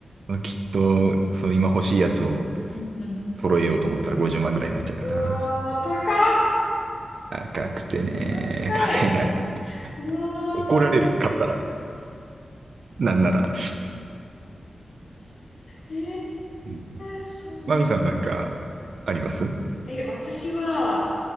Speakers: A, on the right; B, on the left.
A: まあきっと、そう今欲しいやつを
B: うんうん。
A: 揃えようと思ったら50万ぐらいになっちゃうかな。
B: うわ、ー、高っ。
A: 高くてね、
B: 高い。
A: 買えない。
B: うわ。
A: 怒られる、
B: ー
A: 買ったら。なんなら。
B: へ
A: うん
B: え、そうなん。
A: マミさんはなんか、あります
B: え、私は、